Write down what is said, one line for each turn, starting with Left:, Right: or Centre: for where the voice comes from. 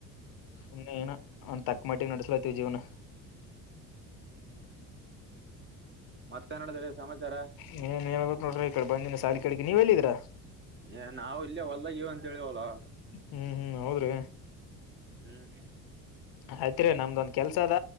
Left: ಸುಮ್ಮೆ ಏನೋ ಒಂದ್ ತಕ್ಕ ಮಟ್ಟಿಗೆ ನೆಡಿಸಲಾಲೈತೆ ಜೀವನ
Right: ಮತ್ತೆ ಏನ್ ನೆಡದೈಡಿ ಸಮಾಚಾರ
Left: ಹೇಳ್ಬೇಕ್ರಿ ನೋಡ್ರಿ ಈ ಕಡೆ ಬಂದಿನ ಸಾಲಿ ಕಡೆ ನೀವ್ ಎಲ್ಲಿದಿರ
Right: ಏ ನಾವು ಇಲ್ಲೇ ಹೊಲ್ಲದಾಗ ಇವಿ ಅಂತ ಹೇಳಿವಲ್ಲೊ
Left: ಹ್ಮ್ ಹ್ಮ್ ಹೌದ್ರಿ
Right: ಹ್ಮ್
Left: ಆಯ್ತ್ರಿ ನಮ್ದೊಂದ್ ಕೆಲ್ಸ ಅದ